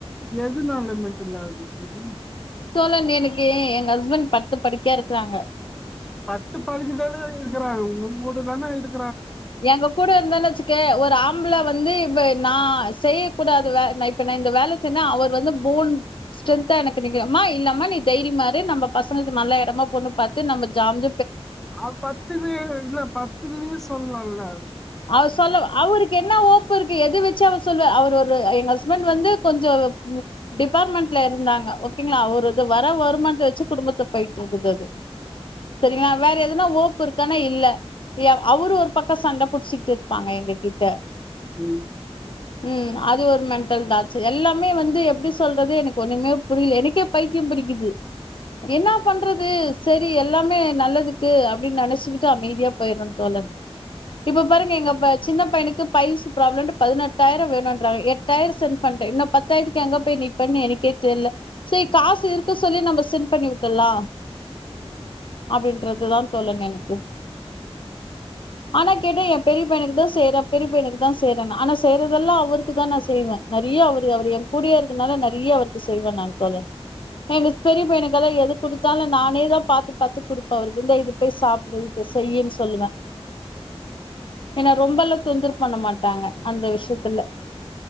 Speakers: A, in the centre; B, on the left.
A: எதனால மெண்ட்ல் ஆகுது தோழி
B: தோழன் எனக்கு எங்க ஹஸ்பண்ட் படுத்த படுக்கையா இருக்கிறாங்க
A: பத்து பதினைந்து நாள் தா இருக்கிறாங்கன்னும் உங்களுக்கு வேணா இதுக்
B: எங்க கூட இருந்தன்னு வச்சுக்கேன் ஒரு ஆம் ஆம்பள வந்து இ நான் செய்யக்கூடாது வே ஆஇப்ப இந்த வேலை செய் அவர் வந்து ஃபோன் ஸ்ட்ரென்த்தா எனக்கு நிக்கோமா இல்லாம நீ தைரியமாறு நம்ம பசங்களுக்கு நல்ல இடமா பொண்ணு பாத்து நம்ம ஜாப்
A: அவ பத்துன என்ன பத்து நிமிசம் சொல்லலாம்ல
B: அவரு சொல்ல அவருக்கு என்ன ஓ இருக்கு எத வச்சு அவ சொல்லுவ அவர் ஒரு எங்க ஹஸ்பண்ட் வந்து கொஞ்சோ டிபார்ட்மெண்ட் இருந்தாங்க ஓக்கேங்களா அவர் வர வருமானத்த வச்சு குடும்பத்த போயட்டு இருக்கு சரிங்களா வேற எதுன ஓப்பு இருக்கா இல்ல அவரு ஒரு பக்கம் சண்ட குடிச்சிட்டு இருப்பாங்க எங்க கிட்ட
A: ம்,
B: உம் அது ஒரு மெண்டல் டாச்சர் எல்லாமே வந்து எப்படி சொல்றது எனக்கு ஒண்ணுமே புரியல எனக்கே பைத்தியம் பிடிக்குது என்ன பண்றது சரி எல்லாமே நல்லதுக்கு அப்படின்னு நெனைச்சுக்கிட்டு அமைதியா போயிடுறேன் தோழன் இப்ப பாருங்க எங்க சின்ன பையனுக்கு பைல்ஸ் ப்ராப்ளம்னு பதினெட்டாயிரம் வேணும்ன்றாங்க எட்டாயிரம் சென்ட் பண்டேன் இன்னும் பத்தாயிரத்துக்கு எங்க போயி நிப்பேன் எனக்கே தெரியல சரி காசு இருக்கு சொல்லி நம்ம செண்ட் பண்ணி விட்டலாம் அப்படின்றதுதான் தோழன் எனக்கு ஆனா கேட்டேன் என் பெரிய பையனுக்கு தான் செய்றேன் பெரிய பையனுக்கு தான் செய்றேன் ஆனா செய்யறதெல்லாம் அவருக்கு தான் நான் செய்வேன் நிறைய அவரு அவர் என் கூடிய இருக்கனால நிறைய அவருக்கு செய்வேன் நான் தோழன் எங்க பெரிய பையனுக்கெல்லாம் எது குடுத்தாலும் நானே தான் பாத்து பாத்து குடுப்பேன் அவருக்கு இருந்தான் இது போய் சாப்பிடு இத செய்யன்னு சொல்லுவேன் ஏன்ன ரொம்பல்லாம் தொந்தர பண்ண மாட்டாங்க அந்த விஷயத்துல